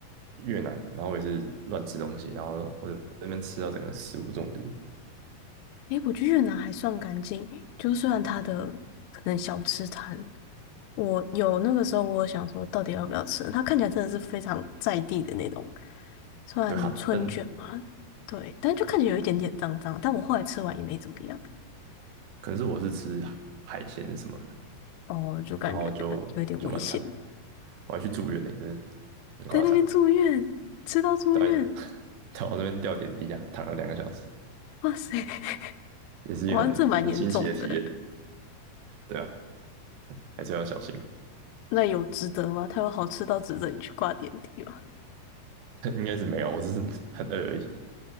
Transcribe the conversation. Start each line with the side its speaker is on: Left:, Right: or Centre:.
Right: 越南，然后我也是乱吃东西，然后我在那边吃到整个食物中毒。
Left: 诶，我觉得越南还算干净诶，就虽然它的可能小吃摊，我有那个时候我有想说到底要不要吃，它看起来真的是非常在地的那种，算春卷嘛，
Right: 对啊，但
Left: 对，但就看起来有一点点脏脏，但我后来吃完也没怎么样，
Right: 可能是我是吃海鲜什么的，
Left: 哦，就感觉有一点危险，
Right: 然后就就蛮惨的，我还去住院呢、真的很夸张，
Left: 在那边住院，吃到住院，
Right: 到 <laughs> 到我那边吊点滴啊，躺了两个小时。
Left: 哇塞，<laughs>
Right: 也是一个很很新奇的体验，
Left: 哇，这蛮严重的，
Right: 对啊，还是要小心。
Left: 那有值得吗？它有好吃到值得你去挂点滴吗？
Right: <laughs> 应该是没有，我只是 <laughs> 很饿而已。